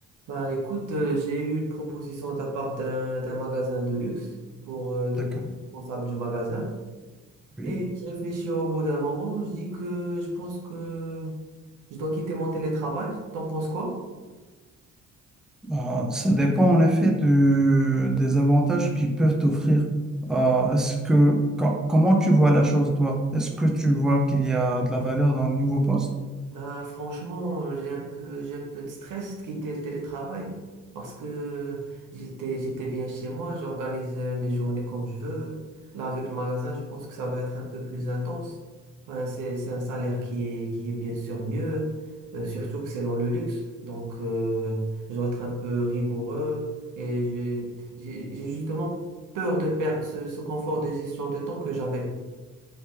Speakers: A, on the right; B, in the centre.
A: Bah écoute, euh, j'ai eu une proposition de la part d'un d'un magasin de luxe pour euh, devenir
B: D'accord,
A: responsable du magasin.
B: oui.
A: Et j'ai réfléchi au bout d'un moment, je dis que je pense que je dois quitter mon télétravail. T'en penses quoi?
B: Euh, ça dépend en effet de- des avantages qu'ils peuvent t'offrir. Euh, est-ce que, co- comment tu vois la chose, toi? Est-ce que tu vois qu'il y a de la valeur dans le nouveau poste?
A: Bah, franchement, euh, j'ai un peu, j'ai un peu de stress de quitter le télétravail parce que j'étais, j'étais bien chez moi, j'organise euh, mes journées comme je veux. Là, avec le magasin, je pense que ça va être un peu plus intense. Ben, c'est, c'est un salaire qui est, qui est bien sûr mieux, euh, surtout que c'est dans le luxe. Donc, euh, je dois être un peu rigoureux et j'ai, j'ai j'ai justement peur de perdre ce, ce confort de gestion de temps que j'avais.